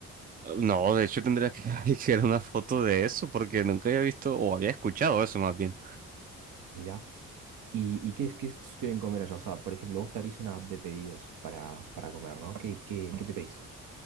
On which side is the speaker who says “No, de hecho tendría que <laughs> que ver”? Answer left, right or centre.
Right